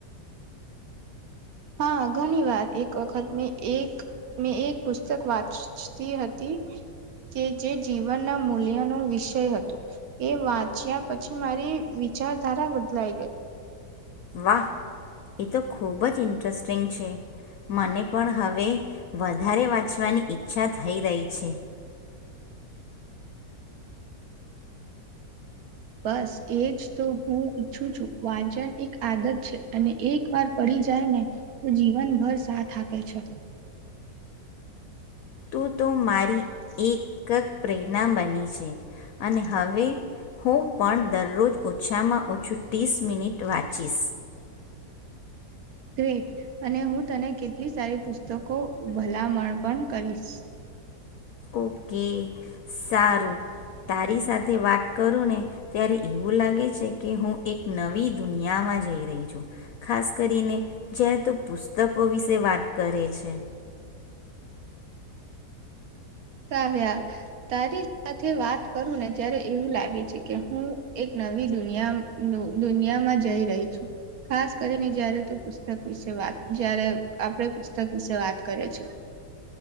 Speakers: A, on the right (about 60°); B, on the left (about 65°).
A: હા ઘણી વાર. એક વખત મેં એક-મેં એક પુસ્તક વાંચતી હતી કે જે જીવનના મૂલ્યનો વિષય હતો. એ વાંચ્યા પછી મારી વિચારધારા બદલાઈ ગઈ.
B: વાહ એ તો ખૂબ જ ઇન્ટરેસ્ટિંગ છે. મને પણ હવે વધારે વાંચવાની ઈચ્છા થઈ રહી છે.
A: બસ એજ તો હું ઈચ્છું છું. વાંચન એક આદત છે. અને એક વાર પડી જાય ને તો જીવનભર સાથ આપે છે.
B: તું તું મારી એક ક પ્રેરણા બની છે, અને હવે હું પણ દરરોજ ઓછામાં ઓછું તીસ મિનિટ વાંચીશ.
A: ગ્રેટ અને હું તને કેટલી સારી પુસ્તકો ભલામણ પણ કરીશ.
B: ઓકે. સારું. તારી સાથે વાત કરું ને ત્યારે એવું લાગે છે કે હું એક નવી દુનિયામાં જઈ રહી છું. ખાસ કરીને જ્યારે તું પુસ્તકો વિશે વાત કરે છે.
A: કાવ્યા તારી સાથે વાત કરું ને ત્યારે એવું લાગે છે કે હું એક નવી દુનિયા દુનિયામાં જઈ રહી છું. ખાસ કરીને જયારે તું પુસ્તક વિશે વાત, જયારે આપડે પુસ્તક વિશે વાત કરે છે.